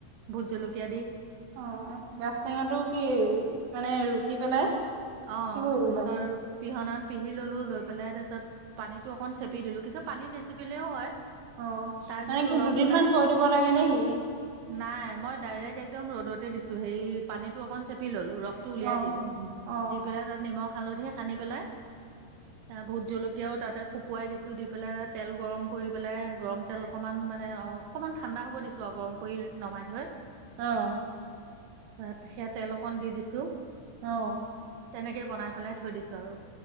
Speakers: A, on the right; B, on the right.
A: ভোট জলকীয়া দি।
B: অ গাছ টেঙাটো কি মানে ৰুকি পেলাই?
A: অ
B: কি কৰিব
A: শষ
B: লাগে?
A: পিহনাত পিহি ললো লৈ। পেলাই তাৰপিছত পানীটো অকণ চেপি দিলোঁ কি চপ। পানী নেছেপিলেও হয়।
B: অ
A: তাৰ
B: মানে
A: যিটো
B: কি
A: ৰস
B: দুদিন
A: ওলাই
B: মান থৈ দিব লাগে নে কি?
A: নাই মই ডাইৰেক্ট একদম ৰ'দতে দিছো হেৰি পানীটো অকন চেপি ললো ৰসটো উলিয়াই
B: <unintelligible>
A: দিলো দি পেলাই তাত নিমখ হালধি সানি পেলাই, ত ভোট জলকীয়াও তাতে শুকোৱাই দিছো, দি পেলাই তাত। তেল গৰম কৰি পেলাই, গৰম তেল অকণমান মানে অকণমান ঠাণ্ডা হ'ব দিছোঁ আও গৰম কৰি নমাই থৈ।
B: আহ
A: তাত সেয়া তেল অকণ দি দিছো
B: <inaudible> আহ।
A: তেনেকে বনাই পেলাই থৈ দিছো আৰু।